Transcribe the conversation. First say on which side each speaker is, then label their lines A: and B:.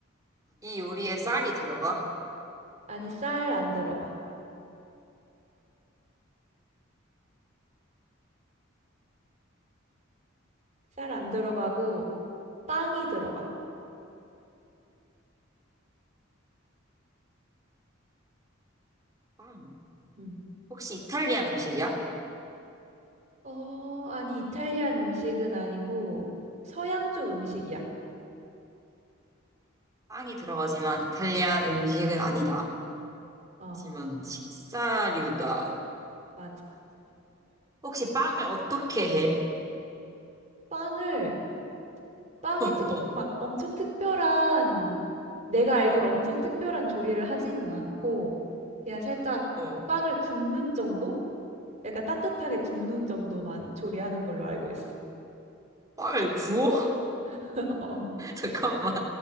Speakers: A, on the right; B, on the right.
A: 이 요리에 쌀이 들어가?
B: 아니, 쌀 안 들어가. 쌀 안 들어가고 빵이 들어가.
A: 음, 빵.
B: 음.
A: 혹시 이탈리안 음식이야?
B: 어, 아니, 이탈리안 음식은 아니고 서양 쪽 음식이야.
A: 빵이 들어가지만 이탈리아 음식은 아니다.
B: 어,
A: 하지만 식사류다.
B: 맞아.
A: 혹시 빵을 어떻게 해?
B: 빵을, 빵에
A: <laughs>
B: 특, 막 엄청 특별한, 내가 알기로
A: 어,
B: 엄청 특별한 조리를 하지는 않고, 그냥 살짝
A: 어,
B: 빵을 굽는 정도? 약간 따뜻하게 굽는 정도만 조리하는 걸로 알고 있어.
A: 빵을 구워?
B: <laughs> 어,
A: <laughs> 잠깐만.